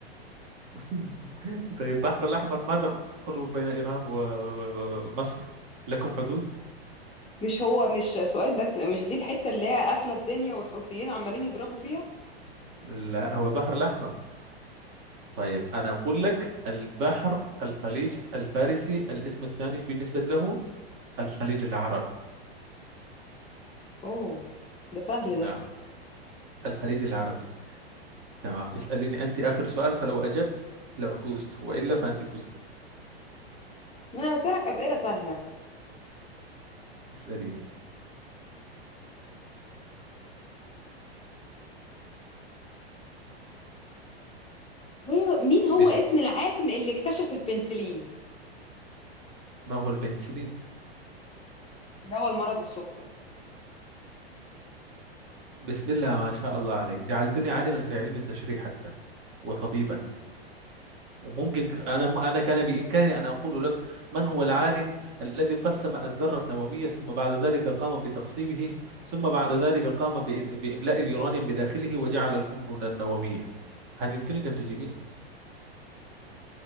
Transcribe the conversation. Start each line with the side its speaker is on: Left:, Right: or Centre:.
Right: <laughs> طيب البحر الأحمر ما دخلوا بين إيران و- ومصر لكم حدود
Left: مش هو مش سؤال بس مش دي الحتة اللي هي قافلة الدنيا والحوثيين عمالين يضربوا فيها
Right: لا هو بحر الأحمر طيب أنا أقول لك البحر الخليج الفارسي الاسم الثاني بالنسبة له الخليج العربي
Left: اوه ده سهل
Right: نعم
Left: ده
Right: الخليج العربي تمام اسأليني أنت آخر سؤال فلو أجبت لفزت وإلا فأنت فزت
Left: انا بسألك أسئلة سهلة
Right: اسأليني
Left: هي مين هو
Right: بس
Left: اسم العالم اللي اكتشف البنسلين
Right: ما هو البنسلين؟
Left: دواء المرض السكر
Right: بسم الله ما شاء الله عليك جعلتني عالما في علم التشريح حتى وطبيبا وممكن ك- أنا أنا كان بإمكاني أن أقول لك من هو العالم الذي قسم الذرة النووية ثم بعد ذلك قام بتقسيمه ثم بعد ذلك قام بإت- بإملاء اليورانيوم بداخله وجعل القنبلة النووية هل يمكنك أن تجيبين؟